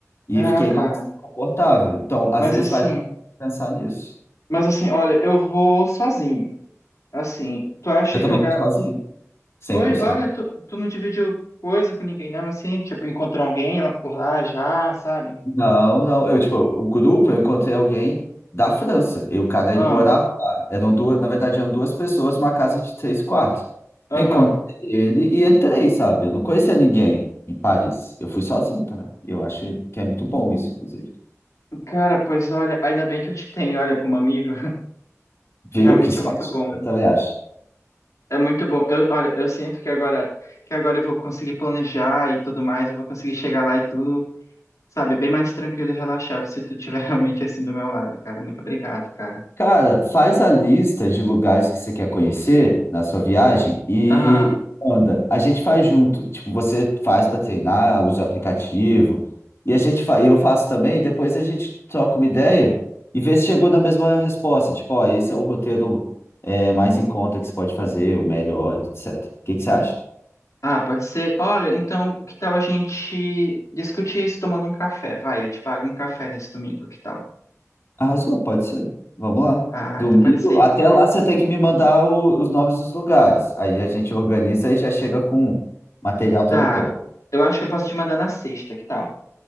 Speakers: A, on the left; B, on the left.
A: E
B: ah,
A: fiquei
B: cara.
A: mais confortável. Então, às
B: Mas
A: vezes,
B: assim,
A: vale a pena pensar nisso.
B: mas assim, olha, eu vou sozinho. Assim, tu acha
A: Eu
B: que
A: também
B: eu, ga-
A: fui sozinho, cem
B: Oi,
A: por cento.
B: olha, tu, tu não dividiu coisa com ninguém, não, assim? Tipo, encontrou alguém lá- por lá já, sabe?
A: Não, não. Eu, tipo, o grupo, eu encontrei alguém da França. E o cara,
B: Ah,
A: ele morava lá. Eram duas, na verdade, eram duas pessoas numa casa de três quartos.
B: aham.
A: Eu encontrei ele e entrei, sabe? Eu não conhecia ninguém em Paris. Eu fui sozinho também. Eu acho que é muito bom isso, inclusive.
B: Cara, pois olha, ainda bem que eu te tenho, olha, como amigo, <laughs> que
A: Viu?
B: realmente
A: Que sorte.
B: é muito bom.
A: Eu também acho.
B: É muito bom. Eu, olha, eu sinto que agora, que agora eu vou conseguir planejar e tudo mais, eu vou conseguir chegar lá e tudo, sabe? Bem mais tranquilo e relaxado se tu tiver <laughs> realmente assim do meu lado, cara. Muito obrigado, cara.
A: Cara, faz a lista de lugares que você quer conhecer na sua viagem e
B: Aham.
A: anda. A gente faz junto. Tipo, você faz para treinar, usa o aplicativo. E a gente fa... e eu faço também, depois a gente troca uma ideia e vê se chegou na mesma resposta. Tipo, ó, esse é o roteiro é, mais em conta que você pode fazer, o melhor, etc. O que que você acha?
B: Ah, pode ser. Olha, então, que tal a gente discutir isso tomando um café? Vai, eu te pago um café nesse domingo, que tal?
A: Arrasou, pode ser. Vamos lá.
B: Ah,
A: Domingo,
B: então pode ser.
A: até lá você tem que me mandar o- os nomes dos lugares. Aí a gente organiza e já chega com o material todo
B: Tá.
A: pronto.
B: Eu acho que eu posso te mandar na sexta, que tal?